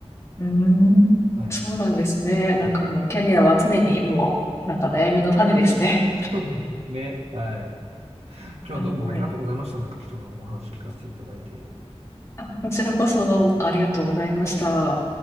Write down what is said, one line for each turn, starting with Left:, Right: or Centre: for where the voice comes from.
Left: うん、
Right: はい。
Left: そうなんですね。
Right: うん
Left: なんかもうキャリアは常にもう、なんか悩みの種ですね。
Right: <laughs> ね。はい。今日はどうもありがとうございました。
Left: はい。
Right: なんか貴重なお話聞かせていただいて。
Left: あ、こちらこそどうもありがとうございました。
Right: はい。